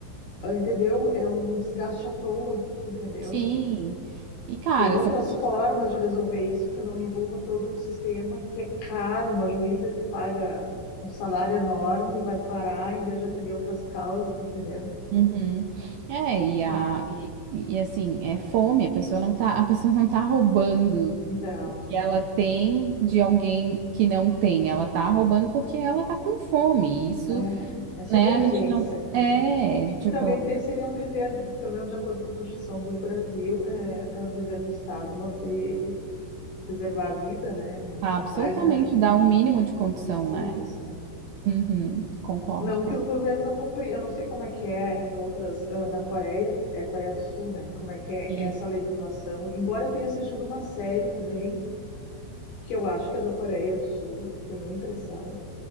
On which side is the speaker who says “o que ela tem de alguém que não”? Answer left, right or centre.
Right